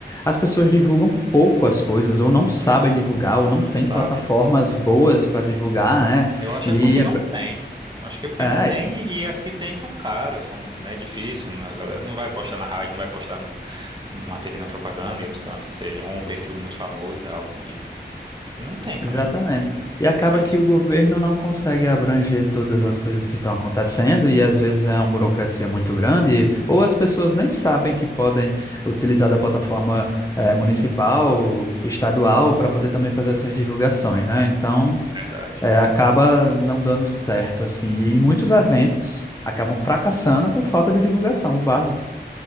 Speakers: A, on the left (about 20°); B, on the right (about 25°).
A: as pessoas divulgam pouco as coisas, ou não sabem divulgar, ou não
B: Não
A: têm
B: sabe.
A: plataformas boas para divulgar, né?
B: Eu acho que
A: E
B: é porque não tem. Acho que é porque
A: é,
B: não tem
A: é,
B: e as que tem são caras, são, é difícil, né? A galera não vai postar na rádio, não vai postar num, numa TV na propaganda e outro canto que seja, ou um perfil muito famoso, é algo que, que não tem também.
A: exatamente. E acaba
B: Difícil.
A: que o governo não consegue abranger todas as coisas que estão acontecendo, e às vezes é uma burocracia muito grande, ou as pessoas nem sabem que podem utilizar da plataforma, eh, municipal, estadual, para poder também fazer essas divulgações, né? Então.
B: Verdade.
A: é, acaba não dando certo, assim. E muitos eventos acabam fracassando por falta de divulgação, o básico.